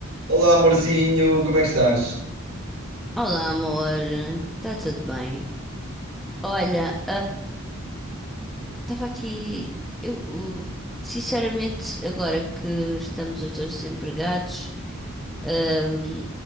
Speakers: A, on the right; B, in the centre.
A: Olá, amorzinho, como é que estás?
B: Olá, amor. Está tudo bem? Olha, estava aqui. Eu, o- sinceramente, agora que estamos os dois desempregados, ahm,